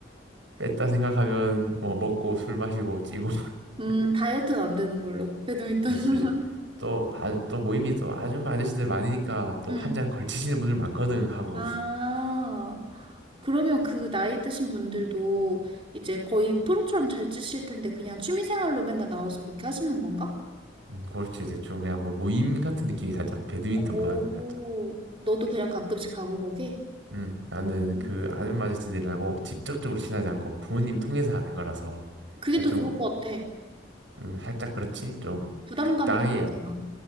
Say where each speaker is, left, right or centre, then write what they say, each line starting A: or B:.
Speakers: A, on the right; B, on the right.
A: 뺐다 생각하면 뭐 먹고 술 마시고 찌고.
B: 음,
A: <laughs>
B: 다이어트는 안 되는 걸로. 배드민턴.
A: 역시
B: <laughs>
A: 또, 아, 또 모임이 또 아줌마 아저씨들 많으니까 또
B: 음.
A: 한 잔 걸치시는 분들 많거든 하고.
B: 아,
A: <laughs>
B: 그러면 그 나이 드신 분들도 이제 거의 프로처럼 잘 치실 텐데 그냥 취미 생활로 맨날 나와서 그렇게 하시는 건가?
A: 음, 그렇지 대충 그냥 뭐 모임 같은 느낌이 살짝 배드민턴보다는
B: 오.
A: 살짝.
B: 너도 그냥 가끔씩 가고 거기?
A: 음, 나는
B: 음.
A: 그 아줌마 아저씨들이라고 직접적으로 친하지 않고 부모님
B: 음.
A: 통해서 아는 거라서
B: 그게
A: 대충
B: 더 좋을 것 같아.
A: 음, 살짝 그렇지 좀
B: 부담감이
A: 적당해야.
B: 덜하잖아.